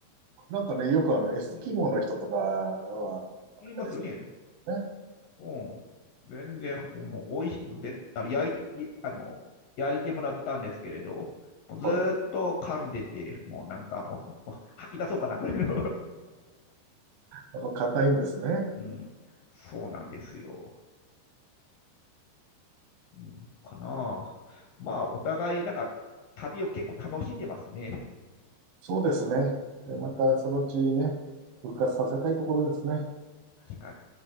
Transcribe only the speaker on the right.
なんかね、よくあの、エスキモの人とかは、
あれするね。
はい。
やっぱ硬いんですね。
そうですね。
で、またそのうちね、復活させたいところですね。